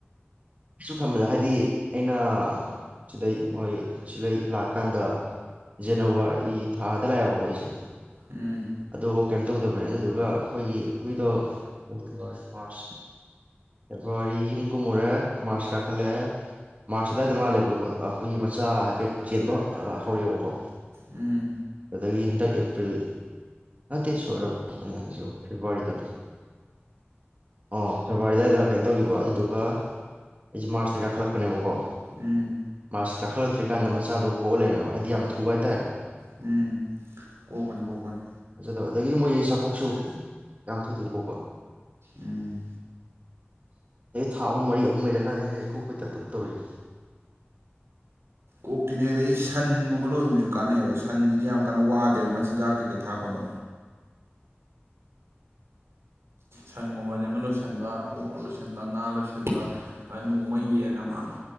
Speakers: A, on the right; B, on the right.
A: ꯑꯁꯨ ꯈꯟꯕꯗ ꯍꯥꯏꯗꯤ ꯑꯩꯅ ꯁꯤꯗꯩ ꯃꯣꯏ ꯁꯤꯂꯩ ꯂꯥꯛꯀꯥꯟꯗ ꯖꯅꯋꯥꯔꯤ ꯊꯥꯗ ꯂꯥꯛꯑꯦꯕ ꯀꯣ ꯑꯩꯁꯦ
B: ꯎꯝ
A: ꯑꯗꯨꯕꯨ ꯀꯩꯝ ꯇꯧꯗꯕꯅꯦ ꯑꯗꯨꯗꯨꯒ ꯑꯩꯈꯣꯏꯒꯤ ꯍꯨꯏꯗꯣ ꯐꯦꯕꯨꯋꯥꯔꯤ ꯃꯥꯔꯁ ꯐꯦꯕ꯭ꯔꯨꯋꯥꯔꯤ ꯌꯨꯝ ꯀꯨꯝꯃꯨꯔꯦ ꯃꯥꯔꯁ ꯀꯥꯈꯠꯂꯛꯑꯦ ꯃꯥꯔꯁ ꯑꯗꯨꯗꯥꯏꯗ ꯃꯥꯜꯂꯦꯕ ꯑꯩꯈꯣꯏꯒꯤ ꯃꯆꯥ ꯍꯥꯏꯐꯦꯠ ꯆꯦꯟꯕ ꯍꯧꯔꯛꯑꯦꯕꯀꯣ
B: ꯎꯝ
A: ꯀꯗꯒꯤ ꯗ ꯑꯦꯄ꯭ꯔꯤꯜ ꯅꯠꯇꯦ ꯁꯣꯏꯔꯕ ꯑꯩꯅ ꯉꯥꯡꯉꯤꯁꯤꯕꯣ ꯐꯦꯕꯋꯥꯔꯤꯗ ꯑꯣ ꯐꯦꯕꯋꯥꯔꯤ ꯑꯗꯨꯋꯥꯏꯗ ꯀꯩꯅꯣ ꯇꯧꯈꯤꯕ ꯑꯗꯨꯗꯨꯒ ꯑꯩꯁꯦ ꯃꯥꯔꯁꯇ ꯀꯥꯈꯠꯂꯛꯄꯅꯦꯕꯀꯣ
B: ꯎꯝ
A: ꯃꯥꯁ ꯀꯥꯈꯠꯂꯛꯇ꯭ꯔꯤꯀꯥꯟꯗ ꯃꯆꯥꯗꯣ ꯀꯣꯛ ꯂꯩꯦꯃꯦꯕ ꯍꯥꯏꯗꯤ ꯌꯥꯝ ꯊꯨꯕ ꯍꯥꯏꯇꯥꯔꯦ
B: ꯎꯝ ꯀꯣꯛꯄꯅꯤ ꯀꯣꯛꯄꯅꯤ
A: ꯐꯖꯗꯕ ꯑꯗꯒꯤꯗꯤ ꯃꯣꯏ ꯆꯥꯛꯀꯣꯛꯁꯨ ꯌꯥꯝ ꯊꯨ ꯊꯨꯅ ꯀꯣꯛꯄ
B: ꯎꯝ
A: ꯑꯦ ꯊꯥ ꯑꯍꯨꯝ ꯃꯔꯤ ꯑꯍꯨꯝ ꯂꯩꯩ ꯂꯩꯀꯥꯏꯗ ꯍ ꯀꯣꯛꯄꯩ ꯇꯥꯏꯄꯇ ꯑꯗꯨꯝ ꯇꯧꯔꯤꯅꯤ
B: ꯑꯣꯛꯇꯤꯅꯦ ꯑꯗꯩꯗꯒꯤ ꯁꯟꯒꯨꯝꯕ ꯂꯣꯏꯕꯁꯨ ꯀꯥꯟꯅꯩꯑꯕ ꯁꯟꯁꯤꯗꯤ ꯌꯥꯝ ꯀꯟꯅ ꯋꯥꯗꯦꯕ ꯃꯆꯤꯟꯖꯥꯛ ꯀꯩꯀꯩ ꯊꯥꯀꯣꯟꯗꯣ ꯁꯟꯒꯨꯝꯕꯁꯦ ꯑꯃ ꯂꯣꯏꯁꯤꯟꯕ ꯑꯣꯛ ꯑꯃ ꯂꯣꯏꯁꯤꯟꯕ ꯉꯥ ꯂꯣꯏꯁꯤꯟꯕ ꯉꯥꯅꯨ ꯑꯃ ꯌꯦꯟ ꯑꯃ